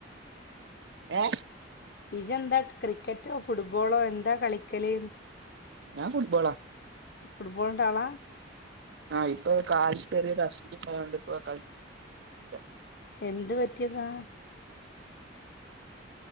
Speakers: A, on the right; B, on the left.
A: ഏ
B: ഇജെന്ത ക്രിക്കറ്റോഫുട്ബോളോ എന്താകളിക്കല്
A: ഞാൻഫുട്ബോളാ
B: ഫുട്ബോള്ന്റെആളാ
A: ആ ഇപ്പം കാണ്ച്ചിട്ട്ഒരു റസ്റ്റ്ഇട്ക്കായോണ്ട് ഇപ്പോ <unintelligible>
B: എന്ത്പറ്റെതാ